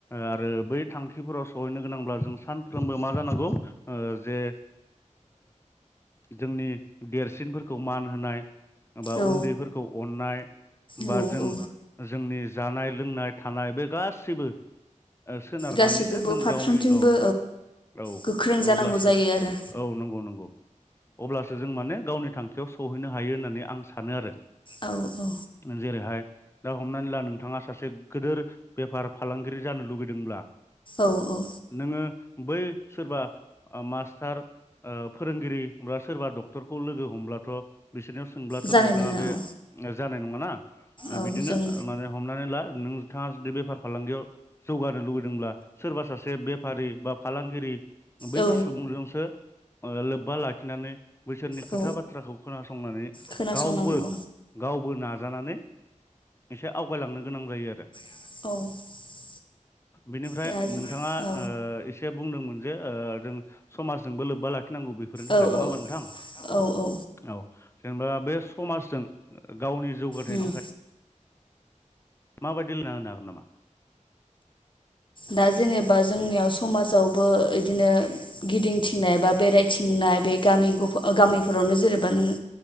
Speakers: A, on the left; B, on the left.
A: आरो बै थांखिफोराव सहैनो गोनांब्ला जों सानफ्रोमबो मा जानांगौ ओ जे जोंनि देरसिन खौ मान होनाय बा
B: औ
A: उन्दैफोरखौ अननाय
B: औ
A: बा जों
B: औ
A: जोंनि जानाय लोंनाय थानाय बे गासिबो ओ सोनारनानैसो
B: गासैखौबो
A: जों
B: फारफ्रोमथिंबो
A: गावनि औ औ
B: गोख्रों जानांगौ
A: अब्लासो
B: जायो आरो
A: औ नंगौ नंगौ अब्लासो जों माने गावनि आखायाव सौहैनो हायो होननानै आं सानो आरो
B: औ औ
A: जेरैहाय दा हमनानै ला नोंथाङा सासे गिदिर बेफार फालांगिरि जानो लुगैदोंब्ला
B: औ औ
A: नोङो बै सोरबा ओ मास्टार ओ फोरोंगिरि बा सोरबा डक्टरखौ लोगो हमब्लाथ' बिसोरनियाव सोंब्लाथ'
B: जानाय
A: नोंथाङा
B: नङा
A: बे
B: औ
A: जानाय नङाना
B: औ
A: बिदिनो
B: जों
A: माने हमनानै ला नोंथाङा जुदि बेफार फालांगियाव जौगानो लुुबैदोंब्ला सोरबा सासे बेफारि बा फालांगिरि बैफोर
B: औ
A: सुबुंजोंसो लोब्बा लाखिनानै बैसोरनि
B: औ
A: खोथा बाथ्रा खौ खोनासंनानै
B: खोनासंनांगौ
A: गावबो गाव बो नाजानानै एसे आवगायलांनो गोनां जायो आरो।
B: <inaudible>
A: बिनिफ्राय
B: दा औ
A: नोंथाङा ओ एसे बुंदोंमोन जे ओ जों समाजजोंबो लोब्बा ला खिनांगौ बेफोरनि थाखाय
B: औ
A: नङा
B: औ
A: होमबा नोंथां।
B: औ औ
A: औ जेनेबा बे समाजजों गावनि जौगाथायनि
B: उम
A: थाखाय मा बादि लारायनो हागोन नामा?
B: दा जेनेबा जोंनियाव समाजावबो बिदिनो गिदिंथिंनाय बा बेरायथिंनाय बे गामि गफा गामिफोरावनो जेनेबा नोङो